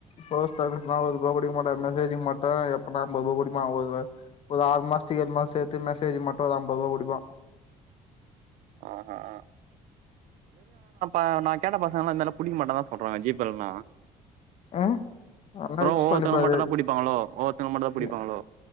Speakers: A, on the left (about 45°); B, on the right (about 70°).
A: போஸ்ட் ஆபீஸ்ல அவளோதா புடிக்கமாட்டாங்க மெசேஜி மட்டு எப்புனா அம்பதுருவா புடிப்பா ஒரு ஒரு ஆறு மாஸ்துக்கு ஏழு மாஸ்துக்கு சேத்து மெசேஜ் மட்டு ஒரு அம்பதுருவா புடிப்பா
B: ஆ <unintelligible> அ நா கேட்ட பசகெல்லா இந்தளவு புடிக்க மாட்டாங்க சொல்றாங்க ஜிபே இல்னா
A: அ அதல்லா யூஸ்
B: ஒவ்வொருத்தவங்க
A: பண்ணி பாரு
B: மட்டுந்தா புடிப்பாங்களோ ஒவ்வொருத்தவங்க மட்டுந்தா புடிப்பாங்களோ
A: எ